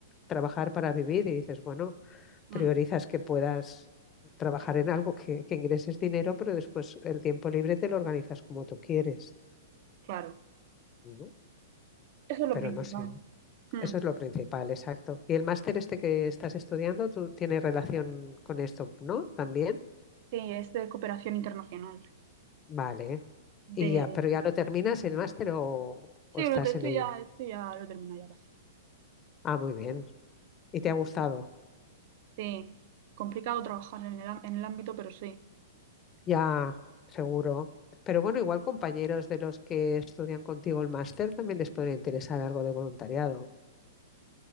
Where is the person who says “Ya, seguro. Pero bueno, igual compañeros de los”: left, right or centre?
Left